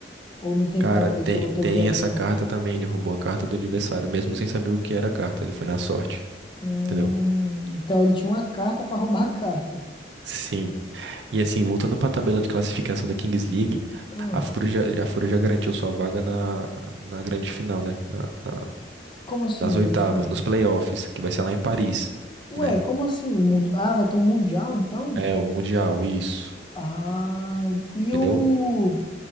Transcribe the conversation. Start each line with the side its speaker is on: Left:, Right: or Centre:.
Left: ou não tem
Right: Cara,
Left: como isso,
Right: tem,
Left: ou eu tô
Right: tem
Left: viajando.
Right: essa carta também. Ele roubou a carta do adversário, mesmo sem saber o que era a carta. Ele foi na sorte,
Left: Hum,
Right: entendeu?
Left: então ele tinha uma carta pra roubar a carta.
Right: Sim. E assim, voltando para a tabela de classificação da Kings League,
Left: Ah,
Right: a Fúria já, a Fúria já garantiu sua vaga na, na grande final, né? Na- na-
Left: como assim,
Right: nas oitavas,
Left: grande final?
Right: nos playoffs, que vai ser lá em Paris.
Left: Ué,
Right: né?
Left: como assim? Mundi- Ah, vai ter um mundial então?
Right: É, o Mundial, isso.
Left: Ah, e
Right: Entendeu?
Left: o